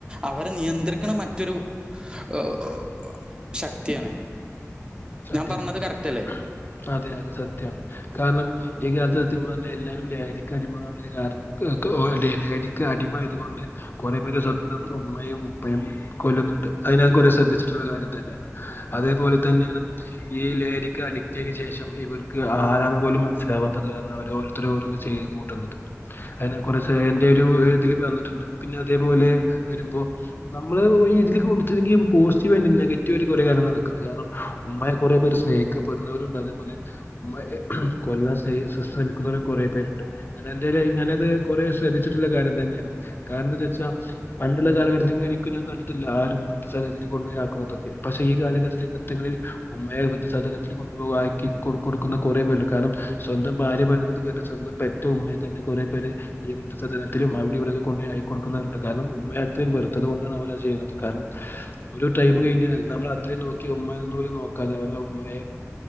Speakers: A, on the right; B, on the left.
A: അവരെ നിയന്ത്രിക്കണ. മറ്റൊരു. ഹ് ഒ ശക്തിയാണ്
B: സത്യം.
A: പറഞ്ഞത്
B: സത്യം.
A: കറക്റ്റ്
B: സത്യം.
A: അല്ലേ
B: അതെ. അതെ. സത്യാണ് കാരണം. ഇങ്ങൻതെ സത്യംപറഞ്ഞ എല്ലാരും ലഹരിക്ക് അടിമ തി കാരണം ലഹരിക്ക് അടിമമായത്കൊണ്ട് കുറെേ പേര് സ്വം ന്തം ഉമ്മയും ഉപ്പയും കൊല്ലുന്നുണ്ട് അതിനക ശ്രദ്ധിച്ച് ശ്രദ്ധിച്ചിട്ടുള്ളകാര്യം തന്നെയാണ് അതേപോലെ തന്നെയാണ് ഈ ലേഹരിക്ക് അഡിറ്റ് ആയതിന് ശേഷം ഇവർക്ക് ആരാണ പോലും മനസ്സിലാവാത്തത് കാരണം അവർഒ രോർത്ത ര് ചെയ്ത് കൂട്ടുന്നത് അതിനെ കുറച്ച് എറെ ഒരു ഇതിൽ വന്നിട്ടുണ്ട് പിന്നെ അതേപോലെ ഒരു അപ്പൊ നമ്മള് ഈ ഇതിലേക്ക് വ ന്നിട്ടുെങ്കി പോസിറ്റീവ് ആയി് നെഗറ്റീവയിട്ട് കുറെേ കാര്യം നടക്കണ്ട് കാരണം ഉമ്മയെ കുറെേ പേര് സ്നേഹിക്കപ്പെടുന്നവരുംണ്ട് അതേപോലെ ഉമ്മയെ കൊല്ല സ് ശ്രമിക്കുന്നവരും കൊറ പേണ്ട് ഞാനത് കുറ ശ്രദ്ധിച്ചിട്ടുള്ള കാര്യം തന്നെയാണ് കാരണം എന്ത വച്ചാൽ പണ്ട് പണ്ട് കാലഘട്ടത്തിൽ എനിക്ക ഞാൻ കണ്ടിട്ടില്ല വൃദ്ധസദനത്തിൽകൊണ്ടപോക്കുന്നതക്കെ പക്ഷെ ഈ കാലഘട്ടത്തിലൽ കൃത്ങ്ങളിൽ ഉമ്മയെധ സാധനത്തിൽ കൊണ്ടുപകാക്കി കൊടുക്കുന്ന കുറേ പേല കാരണം സ്വന്തം ഭാര്യ വരുന്നത് കേ സ്വന്തം പെറ്റ ഉമ്മയെ തന്നെ കുറെേ പേര് ഈ വൃദ്ധസദനലത്തിലും അവിടെ ഇവിടെ കൊണ്ട ആയിക്ക കൊടുക്കുന്നവരുണ്ട് കാരണം ഉമ്മയെ അത്രയും വെറുത്തു കൊണ്ടാണ് അവരാണ് ചെയ്യുന്നത് കാരണം ഒരു ടൈം കഴിഞൽ നമ്മള അത്ര യും നോക്കിയ ഉമ്മ നോക്കാതെ അവരെ ഉമ്മയെ